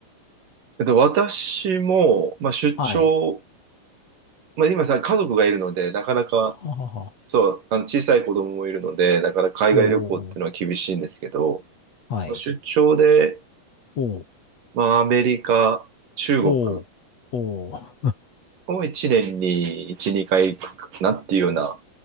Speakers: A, on the right; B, on the left.
A: えっと、私も、まあ、出張、
B: はい。
A: まあ、今さ、家族がいるので、なかなか、
B: ははは。
A: そう、あの小さい子供もいるので、だから海外旅行っていうのは厳しいんですけど、
B: おーおーおー。はい。
A: まあ出張で、
B: おー
A: まあ、アメリカ、中国
B: おーおー。
A: を1年に1、2回行くかなっていうような、